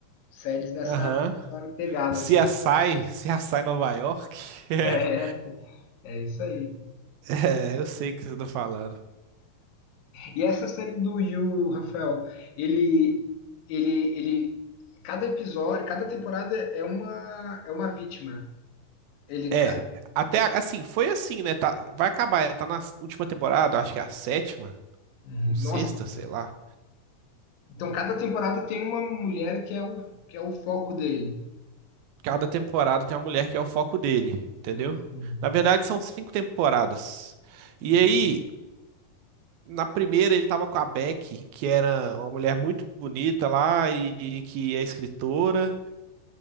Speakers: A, on the left (about 70°); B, on the right (about 80°).
A: séries nessa,
B: aham.
A: nessa pegada,
B: Se
A: assim.
B: assai,
A: <laughs>
B: se assai Nova York?
A: É,
B: <laughs>
A: é isso aí.
B: É, eu sei o que você tá falando.
A: E essa série do Yu, Rafael, ele, ele, ele, cada episódio, cada temporada é uma, é uma vítima. Ele,
B: É,
A: ca-
B: até a- assim, foi assim, né? Tá, vai acabar, é, tá na última temporada, acho que é a sétima
A: nossa,
B: ou sexta, sei lá.
A: então cada temporada tem uma mulher que é o, que é o foco dele.
B: Cada temporada tem uma mulher que é o foco dele, entendeu?
A: Hum,
B: Na verdade, são cinco temporadas.
A: hum,
B: E aí, na primeira, ele tava com a Beck, que era uma mulher muito bonita lá e, e que é escritora,